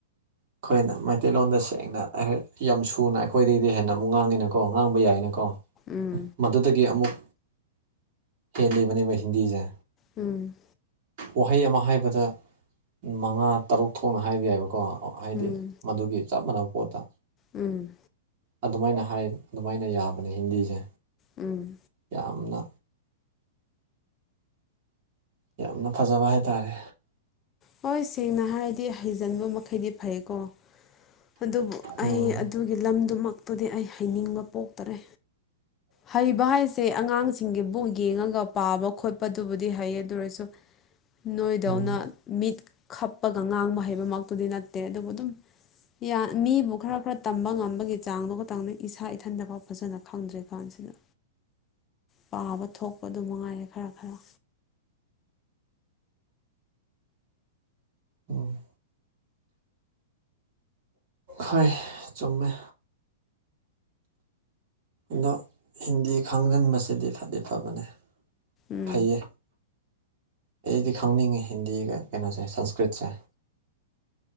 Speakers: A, on the right; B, on the left.
A: ꯑꯩꯈꯣꯏꯅ ꯃꯥꯏ ꯃꯇꯩꯂꯣꯟꯗ ꯁꯦꯡꯅ ꯌꯥꯝ ꯁꯨꯅ ꯑꯩꯈꯣꯏꯗꯒꯤꯗꯤ ꯍꯦꯟꯅ ꯑꯃꯨꯛ ꯉꯥꯡꯉꯤꯅꯀꯣ ꯉꯥꯡꯕ ꯌꯥꯏꯅꯀꯣ꯫
B: ꯌꯥꯏꯅꯀꯣ ꯎꯝ
A: ꯃꯗꯨꯗꯒꯤ ꯑꯃꯨꯛ ꯇꯦꯟꯂꯤꯕꯅꯦꯕ ꯍꯤꯟꯗꯤꯁꯦ꯫
B: ꯎꯝ
A: ꯋꯥꯍꯩ ꯑꯃ ꯍꯥꯏꯕꯗ ꯃꯉꯥ ꯇꯔꯨꯛ ꯊꯣꯛꯅ ꯍꯥꯏꯕ ꯌꯥꯏꯕꯀꯣ ꯍꯥꯏꯗꯤ
B: ꯎꯝ
A: ꯃꯗꯨꯒꯤ ꯆꯞ ꯃꯥꯟꯅꯕ ꯄꯣꯠꯇ꯫
B: ꯎꯝ
A: ꯑꯗꯨꯃꯥꯏꯅ ꯍꯥꯏ ꯑꯗꯨꯃꯥꯏꯅ ꯌꯥꯕꯅꯦ ꯍꯤꯟꯗꯤꯁꯦ꯫
B: ꯎꯝ
A: ꯌꯥꯝꯅ ꯌꯥꯝꯅ ꯐꯖꯕ ꯍꯥꯏꯇꯥꯔꯦ꯫
B: ꯍꯣꯏ ꯁꯦꯡꯅ ꯍꯥꯏꯔꯗꯤ ꯍꯩꯖꯤꯟꯕ ꯃꯈꯩꯗꯤ ꯐꯩꯀꯣ꯫ ꯑꯗꯨꯕꯨ
A: ꯎꯝ
B: ꯑꯩ ꯑꯗꯨꯒꯤ ꯂꯝꯗꯨꯃꯛꯇꯨꯗꯤ ꯑꯩ ꯍꯩꯅꯤꯡꯕ ꯄꯣꯛꯇꯔꯦ꯫
A: <inaudible>
B: ꯍꯩꯕ ꯍꯥꯏꯁꯦ ꯑꯉꯥꯡꯁꯤꯡꯒꯤ ꯕꯨꯡ ꯌꯦꯡꯉꯒ ꯄꯥꯕ ꯈꯣꯠꯄꯗꯨꯕꯨꯗꯤ ꯍꯩꯌꯦ ꯑꯗꯨ ꯑꯣꯏꯔꯁꯨ ꯅꯣꯏꯗꯧꯅ
A: ꯎꯝ
B: ꯃꯤꯠ ꯈꯞꯄꯒ ꯉꯥꯡꯕ ꯍꯩꯕꯃꯛꯇꯨꯗꯤ ꯅꯠꯇꯦ ꯑꯗꯨꯕꯨ ꯑꯗꯨꯝ ꯌꯥ ꯃꯤꯕꯨ ꯈꯔ ꯈꯔ ꯇꯝꯕ ꯉꯝꯕꯒꯤ ꯆꯥꯡꯗꯨ ꯈꯇꯪꯅꯤ ꯏꯁꯥ ꯏꯊꯟꯇ ꯐꯥꯎ ꯐꯖꯅ ꯈꯪꯗ꯭ꯔꯤ ꯀꯥꯟꯁꯤꯗ ꯄꯥꯕ ꯊꯣꯛꯄꯗꯨ ꯃꯉꯥꯏꯔꯦ ꯈꯔ ꯈꯔ
A: ꯎꯝ ꯍꯣꯏ ꯆꯨꯝꯃꯦ꯫ ꯑꯗꯣ ꯍꯤꯟꯗꯤ ꯈꯪꯖꯟꯕꯁꯤꯗꯤ ꯐꯗꯤ ꯐꯕꯅꯦ꯫
B: ꯎꯝ
A: ꯐꯩꯌꯦ ꯑꯩꯗꯤ ꯈꯪꯅꯤꯡꯉꯦ ꯍꯤꯟꯗꯤꯒ ꯀꯩꯅꯣꯁꯦ ꯁꯪꯁꯀ꯭ꯔꯤꯠꯁꯦ꯫